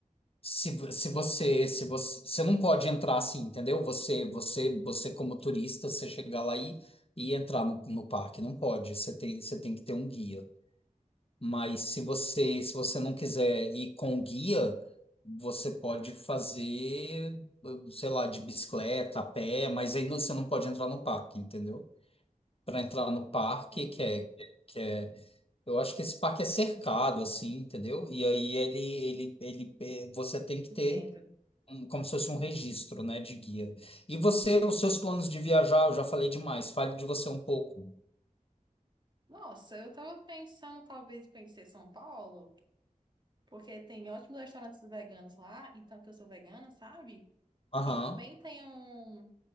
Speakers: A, on the left; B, on the right.
A: Se, vo- se você, se você, você não pode entrar assim, entendeu? Você, você, você como turista, você chegar lá e, e entrar no, no parque, não pode. Você tem, você tem que ter um guia. Mas se você, se você não quiser ir com o guia, você pode fazer, sei lá, de bicicleta, a pé, mas aí não- você não pode entrar no parque, entendeu? Para entrar no parque,
B: Entendi.
A: que é, que é eu acho que esse parque é cercado, assim, entendeu? E aí ele, ele, ele, eh, você tem que
B: Entendo.
A: ter um- como se fosse um registro, né, de guia. E você, os seus planos de viajar, eu já falei demais, fale de você um pouco.
B: Nossa, eu tava pensando talvez em conhecer São Paulo, porque tem ótimos restaurantes veganos lá, então que eu sou vegana, sabe?
A: Aham.
B: E também tem um,